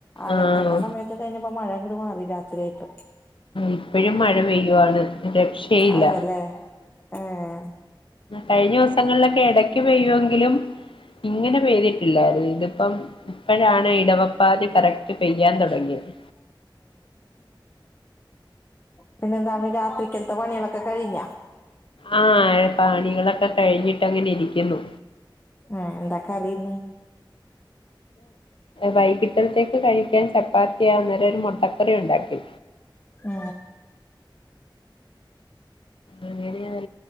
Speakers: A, on the left; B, on the left.
A: അലക്കേണ്ട
B: ആഹ്
A: സമയത്ത് കഴിഞ്ഞപ്പോ മഴ അങ്ങട് മാറി രാത്രിയായിട്ട്
B: ഇപ്പോഴും മഴ പെയ്യുവാണ് രക്ഷയില്ല
A: അതെല്ലേ ഏഹ്
B: കഴിഞ്ഞ ദിവസങ്ങളിലൊക്കെ ഇടക്ക് പെയ്യുമെങ്കിലും ഇങ്ങനെ പെയ്തിട്ടില്ലായിരുന്നു ഇതിപ്പം ഇപ്പഴാണ് ഇടവപ്പാതി കറക്റ്റ് പെയ്യാൻ തുടങ്ങിയത്
A: പിന്നെ എന്താണ് രാത്രിക്കത്തെ പണികളൊക്കെ കഴിഞ്ഞാ
B: ആ പണികളൊക്കെ കഴിഞ്ഞിട്ട് അങ്ങനെ ഇരിക്കുന്നു
A: ആ എന്താ കറിയിന്ന്
B: വൈകിട്ടിൽത്തേക്ക് കഴിക്കാൻ ചപ്പാത്തിയാ അന്നേരം ഒരു മുട്ടക്കറി ഉണ്ടാക്കി
A: ആ
B: അങ്ങനെയാ